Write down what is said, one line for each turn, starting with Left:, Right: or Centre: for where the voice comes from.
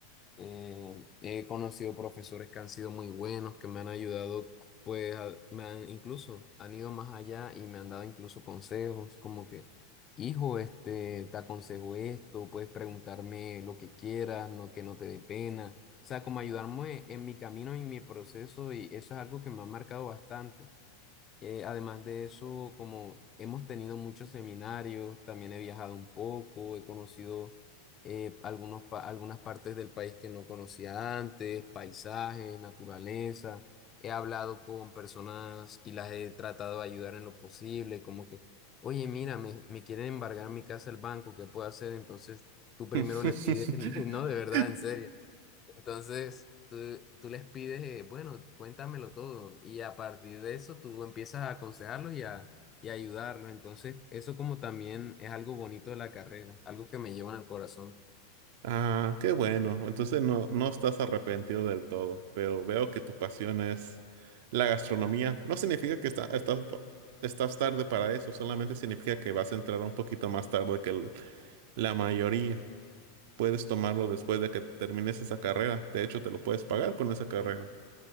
Left: eh, he conocido profesores que han sido muy buenos, que me han ayudado, pues, a- me han, incluso han ido más allá y me han dado incluso consejos, como que, hijo, este, te aconsejo esto, puedes preguntarme lo que quieras, no que no te dé pena. O sea, como ayudarme en mi camino y en mi proceso y eso es algo que me ha marcado bastante. Eh, además de eso, como hemos tenido muchos seminarios, también he viajado un poco, he conocido eh, algunos pa- algunas partes del país que no conocía antes, paisajes, naturaleza. He hablado con personas y las he tratado de ayudar en lo posible, como que, oye, mira, me, me quieren embargar mi casa el banco, ¿qué puedo hacer? Entonces, tú primero
Right: <laughs>
Left: le pides, <laughs> no, de verdad, en serio. Entonces, tú, tú les pides, eh, bueno, cuéntamelo todo y a partir de eso tú empiezas a aconsejarlos y a, y a ayudarlos. Entonces, eso como también es algo bonito de la carrera, algo que me lleva en el corazón.
Right: Ah, qué bueno. Entonces no, no estás arrepentido del todo, pero veo que tu pasión es la gastronomía. No significa que está- estás, estás tarde para eso, solamente significa que vas a entrar un poquito más tarde que el, La mayoría. Puedes tomarlo después de que termines esa carrera. De hecho, te lo puedes pagar con esa carrera.